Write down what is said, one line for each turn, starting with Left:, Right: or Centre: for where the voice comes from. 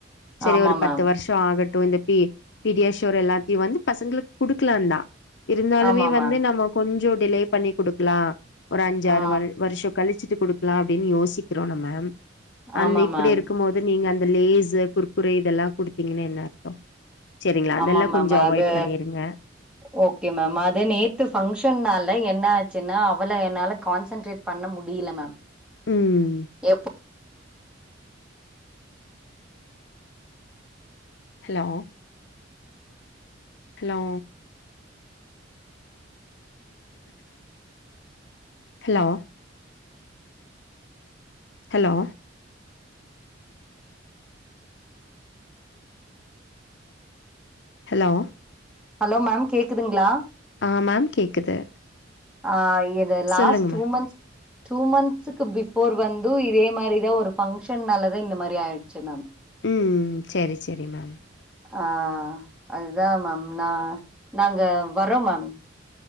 Left: செரி
Centre: ஆமா
Left: ஒரு
Centre: மேம்
Left: பத்து வர்ஷோ ஆகட்டு இந்த பி பீடியாஷோர் எல்லாத்தையு வந்து பசங்ளுக் குடுக்லாந்தா இருந்தாலுமே
Centre: ஆமா
Left: வந்து
Centre: மேம்
Left: நம்ம கொஞ்சோ டிலே பண்ணி குடுக்கலா ஒரு அஞ்சாறு
Centre: ஆ
Left: வர் வருஷோ கழிச்சிட்டு குடுக்கலா அப்டின் யோசிக்கிறோ நம்ம
Centre: ஆமா
Left: அந்த இப்டி
Centre: மேம்
Left: இருக்கும்மோது நீங்க அந்த லேஸு குறுக்குறே இதெல்லா குடுத்தீங்கனா என்ன அர்த்தோ செரிங்ளா
Centre: ஆமா
Left: அதெல்லா
Centre: மேம்
Left: கொஞ்சோ அவாய்ட்
Centre: அது
Left: பண்ணிருங்க
Centre: ஓகே மேம் அது நேத்து பங்க்ஷன்னால என்ன ஆச்சுன்னா அவள என்னால கான்சன்ட்ரேட் பண்ண முடில மேம்
Left: ம்
Centre: எப்போ
Left: hello hello hello hello hello
Centre: hello ma'am கேக்குதுங்ளா
Left: ஆ மேம் கேக்குது
Centre: ஆ இது லாஸ்ட்
Left: சொல்லுங்க
Centre: டூ
Left: மேம்
Centre: மன்ஸ் டூ மந்த்ஸுக்கு பிஃபோர் வந்து இதே மாதிரிதா ஒரு ஃபங்க்ஷன்னாலதா இந்த மாரி ஆயிடுச்சுனாங்க
Left: ம் செரி செரி மேம்
Centre: ஆ அதுதா மேம் நா நாங்க வரோ மேம்